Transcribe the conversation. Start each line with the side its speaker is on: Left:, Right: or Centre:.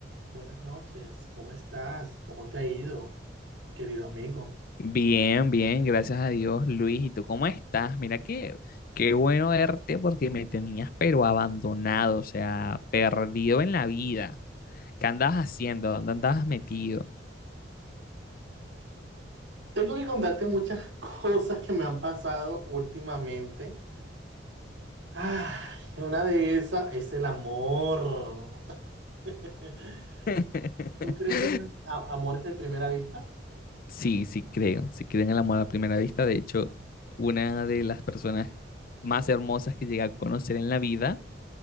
Right: Buenas noches, ¿cómo estás? ¿Cómo te ha ido, querido amigo?
Left: Bien, bien, gracias a Dios, Luis. ¿Y tú cómo estás? Mira que qué bueno verte porque me tenías pero abandonado, o sea, perdido en la vida. ¿Qué andabas haciendo? ¿Dónde andabas metido?
Right: Tengo que contarte muchas <laughs> cosas que me han pasado últimamente. Ah, una de esas es el amor. <laughs>
Left: <laughs>
Right: ¿Tú crees en los a- amores de primera vista?
Left: Sí, sí creo, sí creo en el amor a primera vista. De hecho, una de las personas más hermosas que llegué a conocer en la vida.